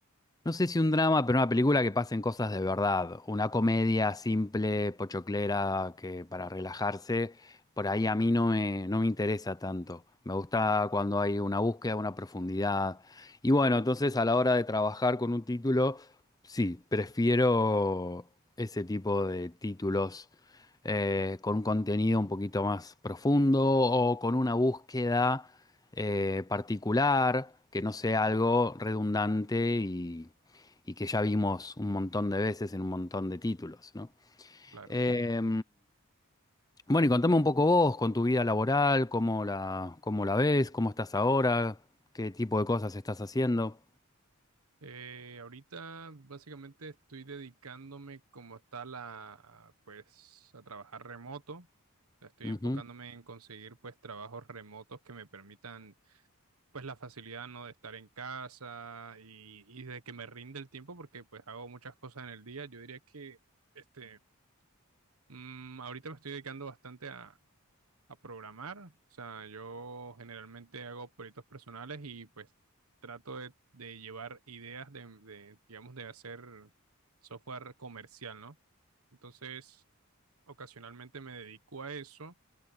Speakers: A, on the left; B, on the right.
A: No sé si un drama, pero una película que pasen cosas de verdad. Una comedia simple, pochoclera, que para relajarse, por ahí a mí no me, no me interesa tanto. Me gusta cuando hay una búsqueda, una profundidad. Y bueno, entonces a la hora de trabajar con un título, sí, prefiero ese tipo de títulos eh, con un contenido un poquito más profundo o con una búsqueda eh, particular, que no sea algo redundante y y que ya vimos un montón de veces en un montón de títulos, ¿no?
B: claro.
A: Eh, bueno, y contame un poco vos con tu vida laboral, cómo la, cómo la ves, cómo estás ahora, qué tipo de cosas estás haciendo.
B: Eh, ahorita básicamente estoy dedicándome como tal a, pues, a trabajar remoto. O sea, estoy
A: Ujú.
B: enfocándome en conseguir pues trabajos remotos que me permitan pues la facilidad, ¿no? de estar en casa y, y de que me rinde el tiempo porque pues hago muchas cosas en el día. Yo diría que este, mm, ahorita me estoy dedicando bastante a programar. O sea, yo generalmente hago proyectos personales y pues trato de, de llevar ideas de, de, digamos, de hacer software comercial, ¿no? Entonces, ocasionalmente me dedico a eso